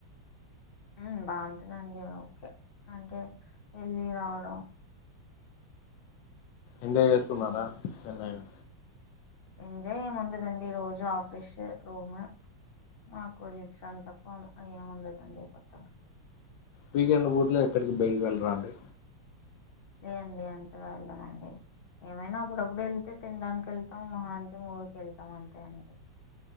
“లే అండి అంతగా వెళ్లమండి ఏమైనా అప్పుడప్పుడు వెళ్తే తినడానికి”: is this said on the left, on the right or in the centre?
Left